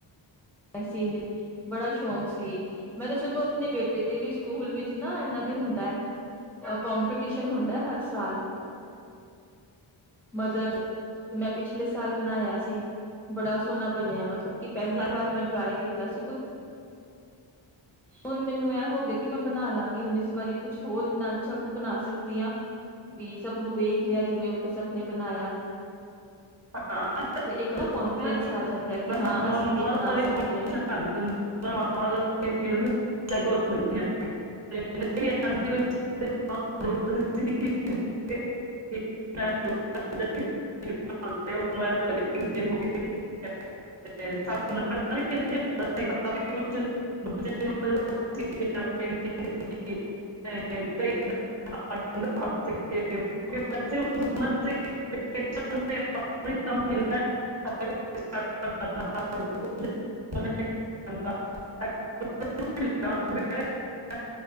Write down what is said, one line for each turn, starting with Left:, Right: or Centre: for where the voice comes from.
Centre: <unintelligible> ਬੜਾ ਸ਼ੌਕ ਸੀ ਮੈਂ ਤਾਂ ਸਗੋਂ ਆਪਣੇ ਬੇਟੇ ਦੇ ਵੀ ਸਕੂਲ ਵਿੱਚ ਨਾ ਇਨਾਂ ਦੇ ਹੁੰਦਾ ਹੈ, ਕੋਪੀਟੀਸ਼ਨ ਹੁੰਦਾ ਹਰ ਸਾਲ ਮਦਰ ਤੇ ਮੈਂ ਪਿਛਲੇ ਸਾਲ ਬਣਾਇਆ ਸੀ, ਬੜਾ ਸੋਹਣਾ ਬਣਿਆ ਮਤਲਬ ਕਿ ਪਹਿਲੀ
Right: ਹਾਂ
Centre: ਵਾਰ ਮੈਂ ਟਰਾਈ ਕੀਤਾ ਸੀ ਕੁਛਛ, ਹੁਣ ਮੈਨੂੰ ਇਹ ਹੋ ਗਿਆ ਕਿ ਮੈਂ ਬਣਾ ਲਾਂਗੀ ਹੁਣ ਇਸ ਵਾਰੀ ਕੁਛ ਹੋਰ ਇੰਨਾ ਅੱਛਾ ਕੁ ਬਣਾ ਸਕਦੀ ਹਾਂ, ਵੀ ਸਭ ਨੂੰ ਵੇਖ ਲਿਆ ਜਿਵੇਂ ਸਬਨੇ ਬਣਾਇਆ।
Right: <unintelligible>
Centre: ਤੇ ਇੱਕ ਨਾ ਕਨਫੀਡੈਂਸ ਆ ਜਾਂਦਾ ਕਿ ਹਾਂ ਅਸੀਂ ਵੀ ਬਣਾ ਸਕਦੇ ਹਾਂ।
Right: <inaudible> <inaudible> ਉਹਨੂੰ ਐਂ ਲੱਗਿਆ <unintelligible> <unintelligible> <unintelligible>